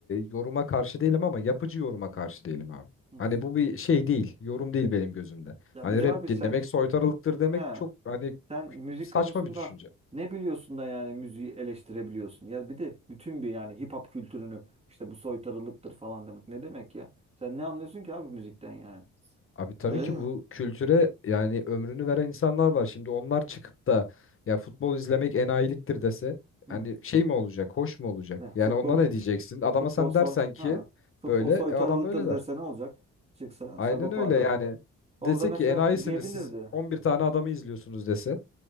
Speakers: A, on the left; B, on the right.
A: yoruma karşı değilim ama yapıcı yoruma karşı değilim abi.
B: hı hı.
A: Hani bu bir şey değil, yorum değil benim gözümde.
B: Ya
A: Hani
B: bir daha
A: rap
B: bir
A: dinlemek
B: sen
A: soytarılıktır demek
B: he
A: çok hani
B: sen müzik
A: kü- saçma
B: konusunda
A: bir düşünce.
B: ne biliyorsun da yani müziği eleştirebiliyorsun. Ya bir de bütün bir yani hip hop kültürünü işte bu soytarılıktır falan demek ne demek ya? Sen ne anlıyorsun ki abi müzikten yani?
A: Abi tabii
B: Öyle
A: ki
B: değil
A: bu
B: mi?
A: kültüre yani ömrünü veren insanlar var. Şimdi onlar çıkıp da ya futbol izlemek enayiliktir dese
B: Hı.
A: hani şey mi olacak, hoş mu olacak?
B: Ya
A: Yani
B: futbol
A: ona ne diyeceksin? Adama
B: Futbol
A: sen
B: soy
A: dersen ki
B: ha. Futbol
A: böyle
B: soytarılıktır
A: e, adam da öyle der.
B: dese ne olacak? Çıksa
A: Aynen
B: Sagopa'da.
A: öyle yani. Dese
B: Orada mesela
A: ki enayisiniz
B: diyebilirdi.
A: siz 11 tane adamı izliyorsunuz dese.